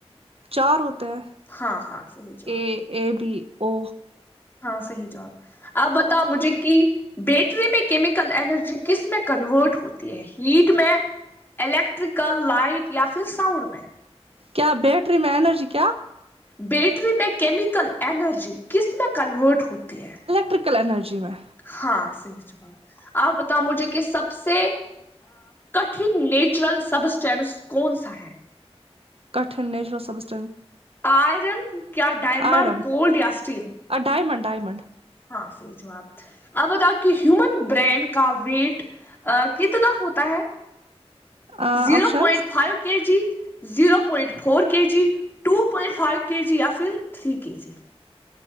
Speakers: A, on the right; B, on the left.
A: چار ہوتے ہیں
B: ہاں ہاں صحیح جواب
A: اے اے بی او
B: ہاں صحیح جواب آپ بتاؤ مجھے کہ بیٹری میں کیمیکل انرجی کس میں کنورٹ ہوتی ہے ہیٹ میں الیکٹریکل لائٹ یا پھر ساؤنڈ میں
A: کیا بیٹری میں اینرجی کیا
B: بیٹری میں کیمیکل اینرجی کس میں کنورٹ ہوتی ہے
A: ترکل انینرجی میں
B: ہاں صحیح آپ بتاؤ مجھے کہ سب سے کٹن نیچرل سب چانس کون سا ہے
A: کٹن نیچرل سبزی
B: آئرن یا ڈائمنڈ
A: آئرن
B: گولڈ یا اسٹیل
A: <unintelligible>
B: ہاں صحیح جواب آپ بتاؤ کی ہیومن برین کا ویٹ آ کتنا ہوتا ہے
A: options
B: zero point five K G zero point four K G two point five K G یا پھر تھری کے جی